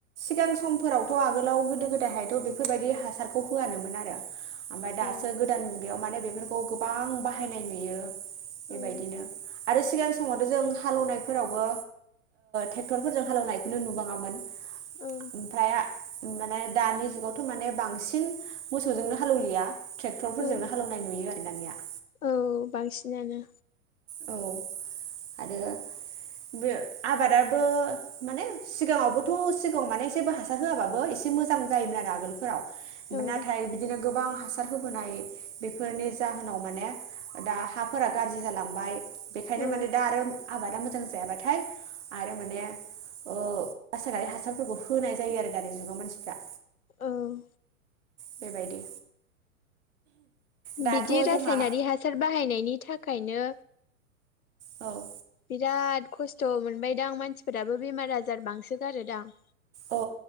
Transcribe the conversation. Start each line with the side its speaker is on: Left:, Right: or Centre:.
Right: सिगां समफोरावथ' आगोलाव गोदो गोदायहायथ' बेफोरबायदि हासारखौ होआानोमोन आरो ओमफ्राय दासो
Left: औ
Right: गोदान मुगायाव माने बेफोरखौ गोबां बाहायनाय नुयो बेबायदिनो
Left: औ
Right: आरो सिगां समावथ' जों हालेवनायफोरावबो ट्रेक्टरफोरजों हालेवनायखौनो नुबाङामोन <inaudible>
Left: औ
Right: ओमफ्राय <inaudible> माने दानि जुगावथ' माने बांसिन मोसौजोंनो हालौवलिया <inaudible> ट्रेक्टरफोरजोंनो
Left: औ
Right: हालेवनाय नुयो आरो दानिया
Left: औ बांसिनानो
Right: औ आरो जो आबादाबो माने सिगांङावबोथ' सिगांङाव माने जेबो हासार होआबाबो एसे मोजां जायोमोन आरो आगोलफोराव।
Left: औ
Right: नाथाय बिदिनो गोबां हासार होबोनाय बेफोरनि जाहोनाव माने दा हाफोरा गाज्रि जालां बाइ बेखायनो
Left: औ
Right: माने दा आरो आबादा मोजां जायाबाथाय आरो माने ओ रासायनारि हासारफोरखौ होनाय जायो आरो दानि जुगाव मानसिफ्रा।
Left: ओं
Right: बेबायदि दाथ'
Left: बिदि रासायनारि
Right: जोंहा
Left: हासार बाहायनायनि थाखायनो
Right: औ
Left: बिराद खस्थ' मोनबायदां मानसिफोराबो बेमार आजार बांसोगारोदां
Right: औ